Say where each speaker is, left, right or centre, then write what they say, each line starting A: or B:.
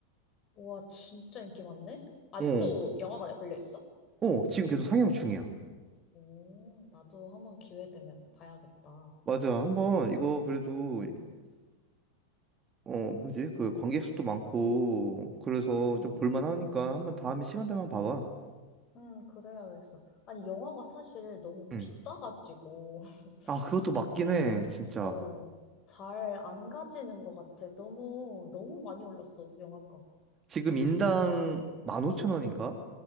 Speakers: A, on the left; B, on the right.
A: 와, 진짜 인기 많네? 아직도
B: 어,
A: 영화관에 걸려 있어?
B: 어, 지금 계속 상향 중이야.
A: 오, 나도 한번 기회 되면 봐야겠다.
B: 맞아. 한번 이거 그래도,
A: 응,
B: 어, 뭐지? 그 관객 수도 많고, 그래서
A: 응,
B: 좀 볼만하니까 한번 다음에 시간 되면 봐봐.
A: 응, 그래야겠어. 아니, 영화가 사실 너무
B: 응.
A: 비싸가지고, <laughs>
B: 아, 그것도 맞긴 해, 진짜.
A: 어, 잘 안 가지는 것 같아. 너무, 너무 많이 올랐어, 영화가.
B: 지금 인당 15,000원인가?